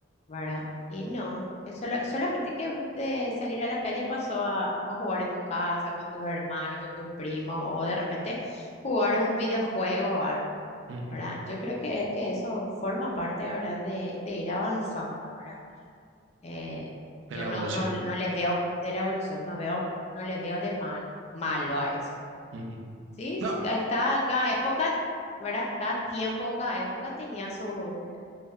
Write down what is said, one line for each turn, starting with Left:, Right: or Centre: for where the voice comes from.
Left: ¿verdad? Y no, es solo- solamente que de salir a la calle pasó a, a jugar en tu casa, con tus hermanos, con tus primos, o de repente jugar un videojuego o algo,
Right: ujú,
Left: ¿verdad? Yo creo que, que eso forma parte ahora de, de ir avanzando, ¿verdad? Eh,
Right: De
Left: yo
Right: la
Left: no,
Right: evolución.
Left: no, no le veo de la evolución, no veo, no le veo de mal, malo a eso.
Right: ujú.
Left: Sí, es
Right: No,
Left: ca- cada, cada época, ¿verdad? Cada tiempo, cada época tenía sus